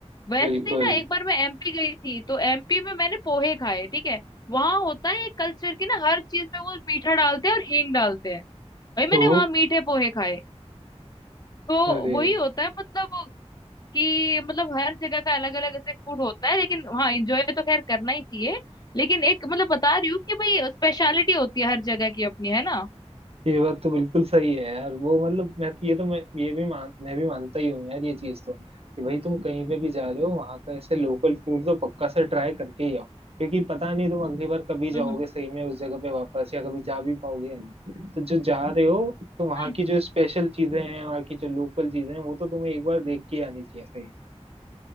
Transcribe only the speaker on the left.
वैसे
ही ना एक बार मैं एमपी गई थी तो एमपी में मैंने पोहे खाए ठीक है वहां होता है एक कल्चर की ना हर चीज में वो मीठा डालते हैं और हींग डालते हैं भाई मैंने
वहां मीठे पोहे खाए तो
वही होता है मतलब कि मतलब हर जगह का अलग अलग ऐसे फूड होता है लेकिन हाँ एंजॉय तो खैर करना ही चाहिए लेकिन एक मतलब बता रही हूँ कि भाई स्पेशलिटी होती है हर जगह की अपनी है ना
हम्म
हम्म।